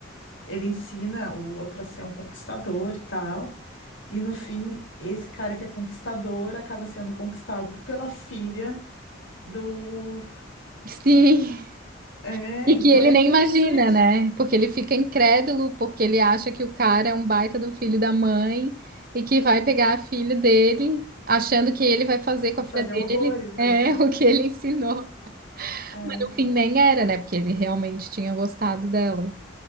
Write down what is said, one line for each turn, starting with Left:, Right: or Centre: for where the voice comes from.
Left: ele ensina o outro a ser um conquistador e tal. E no fim, esse cara que é conquistador acaba sendo conquistado pela filha do.
Right: <laughs> sim.
Left: É,
Right: E que
Left: então
Right: ele
Left: é
Right: nem
Left: interessante.
Right: imagina, né? Porque ele fica incrédulo, porque ele acha que o cara é um baita do filho da mãe e que vai pegar a filha dele, achando que ele vai fazer com
Left: E
Right: a
Left: fazer
Right: filha dele
Left: horrores, né?
Right: é <laughs> o que ele ensinou.
Left: É,
Right: No fim, nem era, né? Porque ele realmente tinha gostado dela.